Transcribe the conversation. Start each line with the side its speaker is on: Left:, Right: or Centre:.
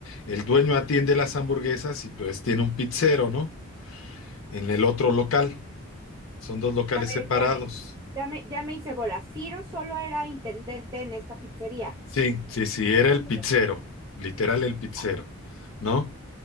Left: el dueño atiende las hamburguesas y pues tiene un pizzero, ¿no? En el otro local, son dos locales
Right: A ver,
Left: separados.
Right: espérame. Ya me, ya me hice bola. Ciro solo era intendente en esta pizzería
Left: Sí, sí, sí, era
Right: Ah,
Left: el
Right: ok.
Left: pizzero, literal el pizzero,
Right: Ah,
Left: ¿no?